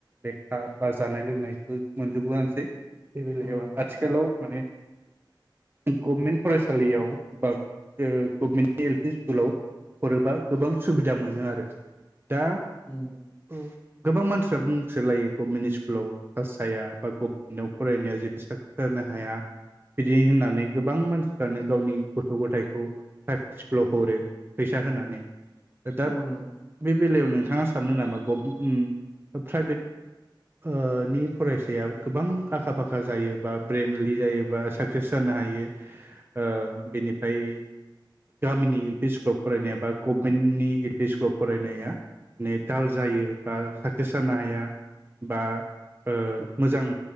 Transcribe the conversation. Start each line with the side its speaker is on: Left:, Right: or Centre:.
Right: लेखा बा जानाय लोंनायखौ मोनजोबोआनोसै। बे बेलायाव
Left: उम
Right: आथिखालाव माने गभमेन्ट फरायसालियाव बा ़ गभमेन्टनि एल पि स्कुलाव हरोबा गोबां सुबिदा मोनो आरो। दा
Left: उम
Right: औ गोबां मानसिफ्रा बुंसोलायो गभमेन्ट स्कुलाव क्लास जाया बा गभमेन्टाव फरायनाया जेबो साख्रि लानो हाया बिदि होननानै गोबां मानसि फ्रानो गावनि गथ' गथायखौ प्राइभेट स्कुलाव हरो फैसा होनानै दा
Left: उम
Right: बे बेलायाव नोंथाङा सानो नामा गभ उम उम उम प्राइभेट ओ नि फरायसाया गोबां आखा फाखा जायो बा ब्रेनलि जायोबा साक्सेस जानो हायो ओ बिनिफ्राय गामिनि एल पि स्कुलाव फरायनाया बा गभमेन्टनि एल पि स्कुलाव फरायनाया ने दाल जायो बा साख सेस जानो हाया बा ओ मोजांम